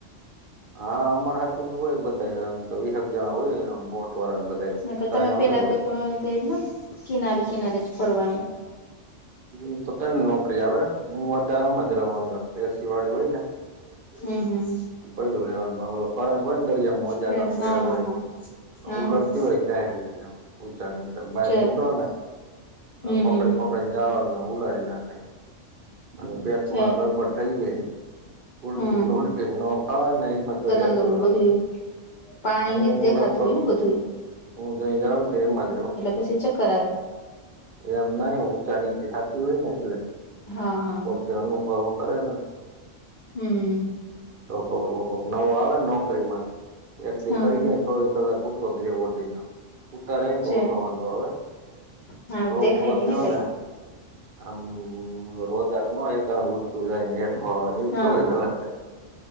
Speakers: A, on the right; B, on the left.
A: હા અમાર હાથું હોય બધામ તો વિસક જણા હોયયને બોટ વાળા બધા.
B: ના
A: ત્રણ
B: તમે પેલા
A: અમે હોય
B: તો પણજ ને કિનારે કિનારે જ ફરવાનું.
A: એ તો તને નોકરી આવે હું વધારે આમ જ રહું અંદર એસી વાળી હોય ને.
B: હમ હમ.
A: પેલું રેવાનું પણ ઓલો કરંટ હોય ને દરિયામાં મોજા
B: છે
A: ને અત્યારે
B: હા હા
A: હોય,
B: હા હા
A: કુલર
B: હા
A: થી હોય. ક્યાંય વીચા નીચા બહાર
B: છે
A: નીકળો ને,
B: હમ
A: પકડીક
B: હમ હમ
A: આપ જવાનું ઉલારી નાખે, અને પેટ
B: છે
A: માં ગડબડ થઈ જાય. ઉલ્ટીન
B: હમ હમ
A: ઉલ્ટી નકા નઈ મ રેપપુર
B: અંદર
A: ન.
B: બધું પાણી
A: હું
B: ને દેખાતું
A: લગભગ
B: હોય ને બધું એ.
A: હું કઈ જાઉને તો એમ બાદડો
B: પછી ચક્કર આવે
A: હ. એમ નાહી ઊંચા નીચી થાતી હોય ને એટલે
B: હા હા
A: પતે અનુભવો કરે ને
B: હમ.
A: તો ખબર નવું આવે ને નોકરીમાં, એક દી
B: હા
A: કરી
B: હા
A: ગય. છ કલાક ઉતોધ રે વટનો. ઉતારને
B: છે
A: તો ઓછો વાંધો હવે
B: હા દેખાય
A: ઉભો
B: નઈ
A: થયો
B: કઈ
A: ને આમ રોદાર ને એ તા ઉચુ જાય નેઠ એ
B: હા
A: ચોવીસ
B: હા
A: કલાક થાય.